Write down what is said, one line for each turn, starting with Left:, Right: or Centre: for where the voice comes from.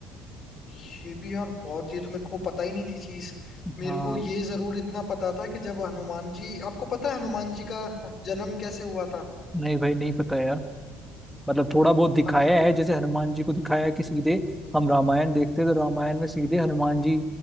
Left: ये भी यार बहुत ये तो मेरे को पता ही नहीं थी चीज मेरे
Centre: हाँ
Left: को ये जरूर इतना पता था कि जब हनुमान जी आपको पता है हनुमान जी का जन्म कैसे हुआ था
Centre: नहीं भाई नहीं पता यार मतलब थोड़ा बहुत दिखाया
Left: हनु
Centre: है जैसे हनुमान जी को दिखाया है कि सीधे हम रामायण देखते हैं तो रामायण में सीधे हनुमान जी